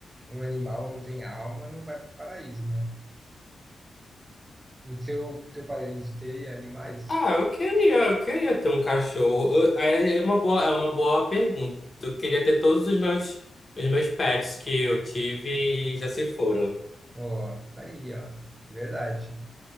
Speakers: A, on the right; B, on the left.
A: um animal não tem alma, não vai para o paraíso, né? O teu, teu parente teria animais?
B: Ah, eu queria, eu queria ter um cachorro. Eu- É é uma boa, é uma boa pergunta. Eu queria ter todos os meus, os meus pets que eu tive e já se foram.
A: Ó, tá aí, ó. Verdade,